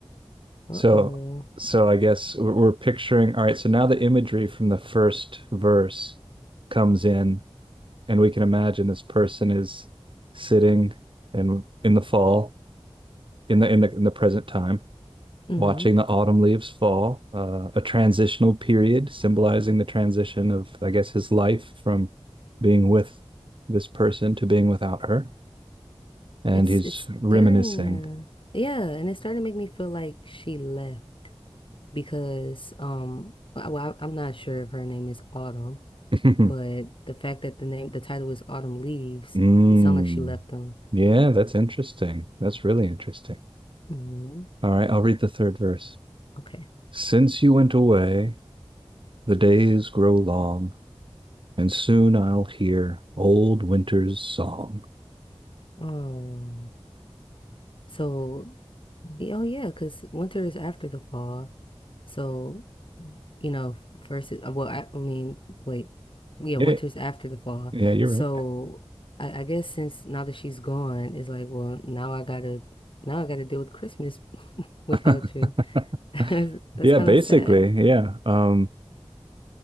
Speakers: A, on the left (about 55°); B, on the right (about 55°).
A: uh-oh.
B: So so I guess we're we're picturing, all right, so now the imagery from the first verse comes in and we can imagine this person is sitting and in the fall in the in the in the present time
A: hmm
B: watching the autumn leaves fall, uh, a transitional period symbolizing the transition of, I guess, his life from being with this person to being without her. And
A: It's
B: he's
A: it's
B: reminiscing.
A: starting to, yeah, and it's starting to make me feel like she left because um well, I, I'm not sure if her name is Autumn.
B: <laughs>
A: But the fact that the name, the title is Autumn Leaves,
B: Mm.
A: it sounds like she left them.
B: Yeah, that's interesting. That's really interesting.
A: hmm
B: All right, I'll read the third verse.
A: Okay.
B: Since you went away, the days grow long, and soon I'll hear old winter's song.
A: Oh, so, oh yeah, because winter is after the fall. So, you know, first is, uh, well, I, I mean, wait, yeah,
B: Yeah,
A: winter's after the fall.
B: yeah, you're
A: So I, I guess since now that she's gone, it's like, well, now I gotta, now I gotta deal with Christmas <laughs> without
B: right.
A: you.
B: <laughs>
A: <laughs> That's
B: Yeah,
A: kind
B: basically,
A: of sad.
B: yeah. Um,